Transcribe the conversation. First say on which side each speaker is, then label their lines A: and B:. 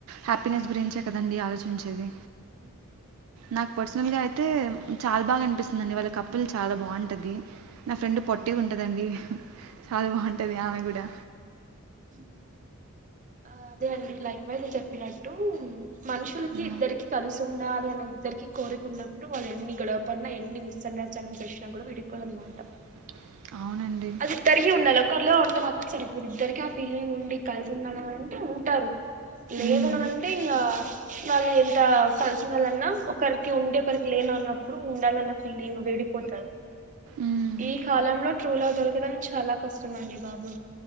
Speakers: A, on the right; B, on the right.
A: హ్యాపీనెస్ గురించే కదండి ఆలోచించేది
B: ఉ
A: నాకు పర్సనల్గా అయితే చాలా బాగా అనిపిస్తుందిండి వాళ్ళ కప్పులు చాలా బాగుంటుంది నా ఫ్రెండ్ పొట్ట పట్టి ఉంటదండి చాలా బాగుంటది ఆమె కూడా
B: <unintelligible> ఆ అదే అండి లైక్ వైజ్ చెప్పినట్టు మనుషులకి
A: ఆ,
B: ఇద్దరికి కలుసు ఉం ఉండాలి అని ఇద్దరికి కోరికున్నప్పుడు వాళ్ళు ఎన్ని గొడవపడిన ఎన్ని మిస్ అండర్ స్టాండ్స్ వచ్చినా కూడా విడిపోరన్నమాట
A: <inaudible> అవునండి
B: అది ఇద్దరికి ఉండాలి ఒక్కర్లో ఉంటే మాత్రం సరిపోదు ఇద్దరికి ఆ ఫీలింగ్ ఉండి కలిసి ఉండాల అంటే ఉంటారు లేదననంటే
A: మ్మ్.
B: ఇంగా వాళ్లు ఎంత కలిసి ఉండాలన్నా ఒకరికి ఉండి ఒకరికి లేన అన్నప్పుడు ఉండాలన్న ఫీలింగ్ విడి పోతారు
A: మ్మ్.
B: ఈ కాలంలో ట్రులవ్ దొరకడం చాలా కష్టమండి బాబు